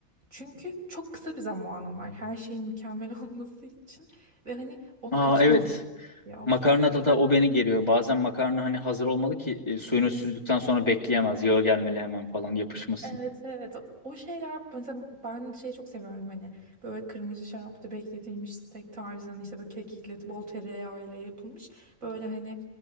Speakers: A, on the right; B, on the left.
A: çünkü çok kısa bir zamanım var her şeyin mükemmel <laughs> olması için ve hani onu
B: Aa
A: kaçırmamak
B: evet.
A: gerekiyor.
B: Makarnada
A: Ya
B: da
A: da
B: o beni geriyor. Bazen makarna hani hazır olmalı ki e, suyunu süzdükten sonra bekleyemez. yağı gelmeli hemen falan yapışmasın.
A: Evet evet o şeyler mesela ben şeyi çok seviyorum hani böyle kırmızı şarapta bekletilmiş steak tarzında işte böyle kekikle bol tereyağıyla yapılmış böyle hani